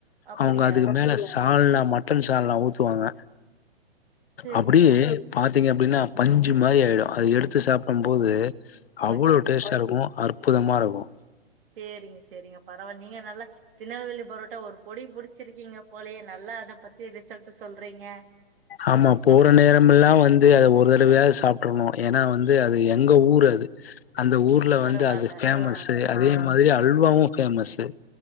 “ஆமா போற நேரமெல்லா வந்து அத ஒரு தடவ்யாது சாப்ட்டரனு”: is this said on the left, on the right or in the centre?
Left